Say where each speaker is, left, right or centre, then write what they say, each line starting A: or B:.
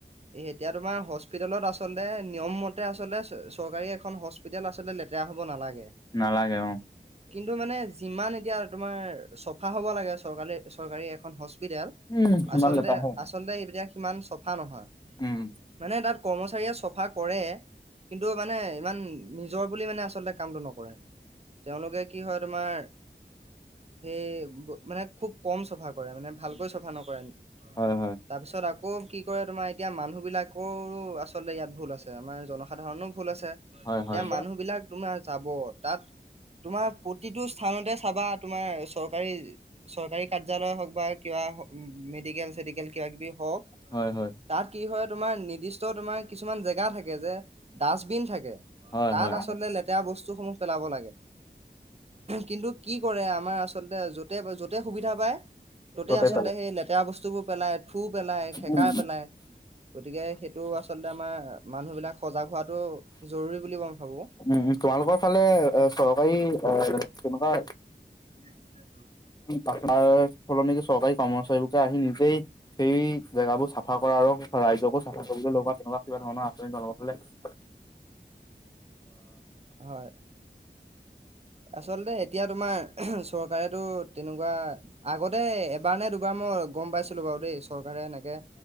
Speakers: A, on the right; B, on the left.
A: এতিয়া তোমাৰ হস্পিতালত আচলতে নিয়মমতে আচলতে চৰ কাৰী এখন হস্পিতাল আচলতে লেতেৰা হ'ব নালাগে।
B: নালাগে অ
A: তো মানে যিমান এতিয়া তোমাৰ চাফা হ'ব লাগে চৰকাৰী এখন হস্পিতাল
B: উম ইমান
A: আচলতে
B: লেতেৰা হয়
A: আচলতে এতিয়া সিমান চাফা নহয়।
B: উম
A: মানে তাত কৰ্মচাৰীয়ে চাফা কৰে, কিন্তু মানে ইমান নিজৰ বুলি মানে আচলতে কামটো নকৰে। তেওঁলোকে কি হয় তোমাৰ, সেই মানে, খুব কম চাফা কৰে মানে ভালকৈ চাফা নকৰে
B: হয় হয়
A: তাৰপিছত আকৌ কি কৰে তোমাৰ এতিয়া মানুহ বিলাকৰো আচলতে ইয়াত ভুল আছে আমাৰ জন- সাধাৰণৰো ভুল আছে
B: হয়
A: এতিয়া
B: হয়
A: মানুহ বিলাক তোমাৰ যাব তাত তোমাৰ প্ৰতিটো স্থানতে চাবা তোমাৰ চৰকাৰী, চৰকাৰী কাৰ্যালয় হওঁক বা কিবা মে -ডিকেল কিবা কিবি হওঁক
B: হয় হয়
A: তাত কি হয় তোমাৰ নিৰ্দিষ্ট তোমাৰ কিছুমান জেগা থাকে যে ডাষ্টবিন থাকে
B: হয় হয়
A: তাত
B: হয়
A: আচলতে লেতেৰা বস্তুসমূহ পেলাব লাগে। কিন্তু কি কৰে আমাৰ আচলতে য'তে, য'তে সুবিধা পায় ত'তে
B: গোটেইফালে
A: আচলতে সেই লেতেৰা বস্তুবোৰ পেলাই, থু পেলাই, খেকাৰ
B: উম
A: পেলাই গতিকে সেইটো আচলতে আমাৰ, মানুহ বিলাক সজাগ হোৱাটো জৰুৰী বুলি মই ভাবো
B: উম, উম, তোমালোকৰ ফালে এ চৰকাৰী এ তেনেকুৱা
A: <unintelligible>
B: াৰ সলনিকি চৰকাৰী কৰ্মচাৰীবে আহি নিজেই সেই জেগাবোৰ চাফা কৰা আৰু ৰাইজকো চাফা কৰিবলৈ লগা তেনেকা কিবা ধৰণৰ আঁচনি নলে। <unintelligible>
A: <unintelligible> হয়। আচলতে এতিয়া তোমাৰ চৰকাৰেতো তেনেকুৱা, আগতে এবাৰ নে দুবাৰ মই গম পাইছিলো বাৰু দেই চৰকাৰে এনেক কে,